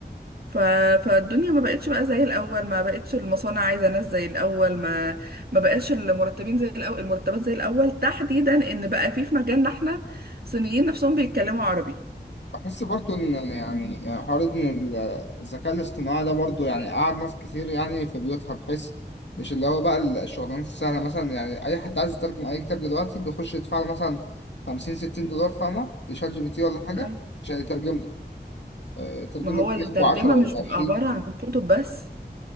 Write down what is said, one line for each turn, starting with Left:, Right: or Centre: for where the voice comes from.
Right: ف... فالدنيا ما بقتش بقى زي الاول ما بقتش المصانع عايزه ناس زي الاول ما ما بقاش المرتبين زي الاول المرتبات زي الاول تحديدا ان بقى في في مجالنا احنا صينيين نفسهم بيتكلموا عربي
Left: بس برضو ان يعني حوار ان الذكاء الاصطناعي ده برضو يعني قعد ناس كتير يعني في بيوتها بحيث مش اللي هو بقى الشغلانات السهلة مثلا يعني أي حد عايز يترجم أي كتاب دلوقتي بيخش يدفع له مثلا 50 60 دولار فاهمة لشات جي بي تي ولا حاجة
Right: آه،
Left: عشان يترجم له آه، يترجم
Right: ما هو
Left: له كتاب
Right: الترجمه
Left: ب 10 و
Right: مش بتبقى
Left: 20
Right: عباره عن كتب بس